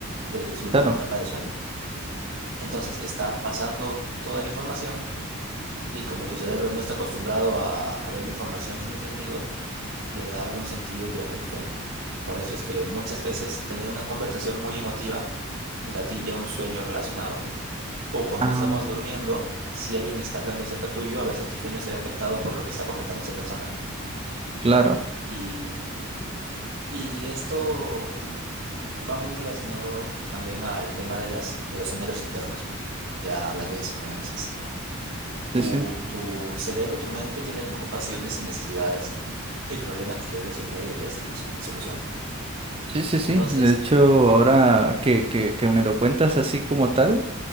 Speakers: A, on the right (about 60°); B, on the right (about 25°).
A: desde su última
B: claro.
A: etapa de sueño. Entonces está pasando toda la información y como tu cerebro no está acostumbrado a, a ver información sin sentido, le da algún sentido durante tu sueño. Por eso es que muchas veces tener una conversación muy emotiva gatilla un sueño relacionado. O cuando
B: Ah,
A: estamos durmiendo, si alguien está hablando cerca tuyo, a veces tu sueño se ve afectado por lo que está comentando esa persona.
B: claro.
A: Y, y esto mm, mm, va muy relacionado también al tema de las, de los anhelos internos, ya hablando de psicoanálisis. Tu,
B: Sí, sí.
A: tu cerebro, tu mente tiene preocupaciones y necesidades y problemas que quiere resolver y hallar situación, solución.
B: Sí, sí,
A: Entonces,
B: sí. De hecho, ahora
A: ah,
B: que, que, que me lo cuentas así como tal,